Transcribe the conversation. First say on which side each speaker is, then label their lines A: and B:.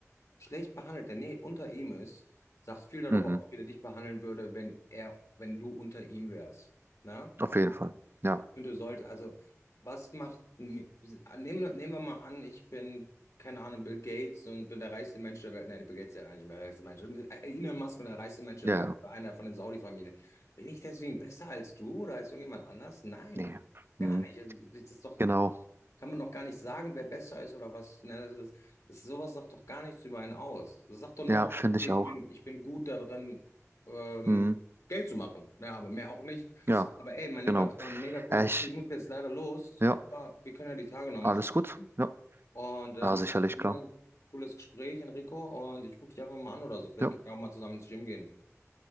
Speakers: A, on the left (about 70°); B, on the right (about 45°).
A: Schlecht behandelt, der nee, unter ihm ist, sagt viel darüber
B: Mhm.
A: aus, wie er dich behandeln würde, wenn er, wenn du unter ihm wärst. Na?
B: Auf jeden
A: Und
B: Fall. Ja,
A: ich finde, du solltest, also, was macht, nehmen, nehmen wir mal an, ich bin, keine Ahnung, Bill Gates und bin der reichste Mensch der Welt. Nein, Bill Gates ist ja gar nicht mehr der reichste Mensch. Und, äh, Elon Musk und der reichste Mensch der
B: ja,
A: Welt,
B: ja.
A: einer von den Saudi-Familien. Bin ich deswegen besser als du oder als irgendjemand anders? Nein,
B: Nee.
A: gar
B: Mhm.
A: nicht. Also, das ist doch
B: Genau.
A: kann man noch gar nicht sagen, wer besser ist oder was. Ne? Das ist, das, sowas sagt doch gar nichts über einen aus. Das sagt doch nur,
B: Ja,
A: aus,
B: finde
A: okay,
B: ich
A: ich
B: auch.
A: bin, ich bin gut darin, ähm,
B: Mhm.
A: Geld zu machen. Ne? Aber mehr auch nicht.
B: Ja,
A: Aber ey, mein Lieber,
B: genau.
A: das war ein mega cooles
B: Ja,
A: Gespräch.
B: ich,
A: Ich muss jetzt leider los.
B: ja,
A: So, Aber wir können ja die Tage nochmal
B: alles
A: sprechen.
B: gut. Ja,
A: Und äh,
B: ja, sicherlich,
A: mega
B: klar.
A: cooles Gespräch, Enrico. Und ich gucke dich einfach mal an oder so. Vielleicht
B: Ja,
A: können wir auch mal zusammen ins Gym gehen.